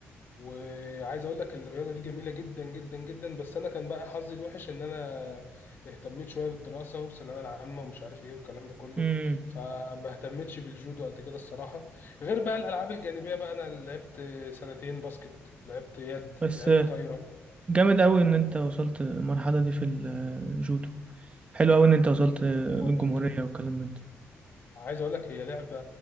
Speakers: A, on the left; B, on the right.
A: وعايز اقول لك الرياضه دي جميله جدا جدا جدا بس انا كان بقى حظي الوحش ان انا اهتميت شويه بالدراسه والثانويه العامه ومش عارف ايه والكلام ده كله
B: امم
A: فما اهتمتش بالجودو قد كده الصراحه غير بقى الالعاب الجانبيه بقى انا لعبت سنتين باسكت لعبت يد
B: بس
A: لعبت طايره
B: جامد قوي ان انت وصلت المرحله دي في الجودو حلو قوي ان انت وصلت للجمهوريه
A: والله
B: والكلام من ده
A: عايز اقول لك هي لعبه